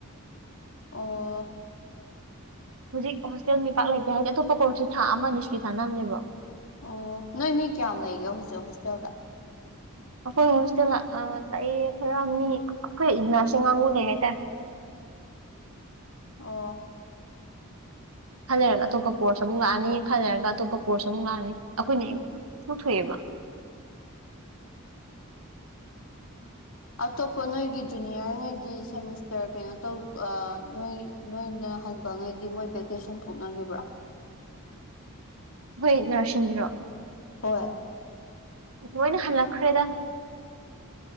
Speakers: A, on the left (about 65°); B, on the right (about 70°).
A: ꯑꯣ
B: ꯍꯧꯖꯤꯛ ꯍꯣꯁꯇꯦꯜ ꯃꯤꯄꯥꯛ ꯂꯩꯇꯦ ꯍꯥꯏꯗꯤ ꯑꯇꯣꯞꯄ ꯀꯣꯔꯁꯀꯤ ꯊꯥ ꯑꯃ ꯅꯤ ꯁꯨꯇꯤ ꯊꯥꯅꯕꯅꯦꯕ
A: ꯑꯣ ꯅꯣꯏ ꯃꯤ ꯀꯌꯥꯝ ꯂꯩꯒꯦ ꯍꯧꯖꯤꯛ ꯍꯣꯁꯇꯦꯜꯗ
B: ꯑꯩꯈꯣꯏ ꯍꯣꯁꯇꯦꯜ ꯑ ꯂꯩꯑꯦ ꯈꯔ ꯃꯤ ꯑꯩꯈꯣꯏ ꯅꯔꯁꯤꯡ ꯀꯥꯡꯕꯨ ꯂꯩ ꯍꯥꯏꯇꯥꯔꯦ
A: ꯑꯣ
B: ꯈꯔ ꯂꯩꯔꯒ ꯑꯇꯣꯞꯄ ꯀꯣꯔꯁ ꯑꯃꯨꯛ ꯂꯥꯛꯑꯅꯤ ꯈꯔ ꯂꯩꯔꯒ ꯑꯇꯣꯞꯄ ꯀꯣꯔꯁ ꯑꯃꯨꯛ ꯂꯥꯛꯑꯅꯤ ꯑꯩꯈꯣꯏꯅ ꯏꯊꯨ ꯊꯨꯏꯑꯦꯕ
A: ꯑꯇꯣꯞꯄ ꯅꯣꯏꯒꯤ ꯖꯨꯅꯤꯌꯔꯉꯩꯗꯤ ꯁꯦꯃꯤꯁꯇꯔ ꯀꯩꯅꯣ ꯇꯧ ꯑꯥ ꯅꯣꯏ ꯅꯣꯏꯅ ꯍꯟꯕ ꯉꯩꯗꯤ ꯃꯣꯏ ꯚꯦꯀꯦꯁꯟ ꯊꯣꯛꯅꯈꯤꯕ꯭ꯔꯣ
B: ꯍꯣꯏ ꯅꯔꯁꯤꯡꯒꯤꯔꯣ
A: ꯍꯣꯏ
B: ꯂꯣꯏꯅ ꯍꯜꯂꯛꯈ꯭ꯔꯦꯗ